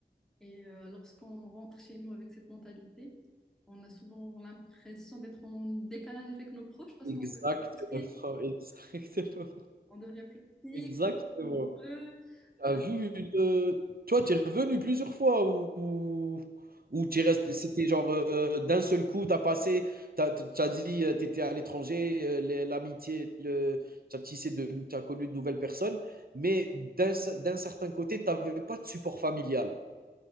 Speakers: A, in the centre; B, on the right (about 60°).
A: Et euh, lorsqu'on rentre chez nous avec cette mentalité, on a souvent l'impression d'être en décalage avec nos proches parce
B: Exactement,
A: qu'on devient plus strict,
B: <laughs> exactement,
A: on devient plus strict,
B: exactement.
A: plus rigoureux.
B: T'as
A: Euh,
B: vu une toi, t'es revenu plusieurs fois ou ou ou tu resté c'était genre, heu, d'un seul coup, t'as passé T'as as dit, heu, tu à l'étranger, heu, les l'amitié, le tu tissé de t'as connu de nouvelles personnes, mais d'un ce d'un certain côté, t'avais pas de support familial?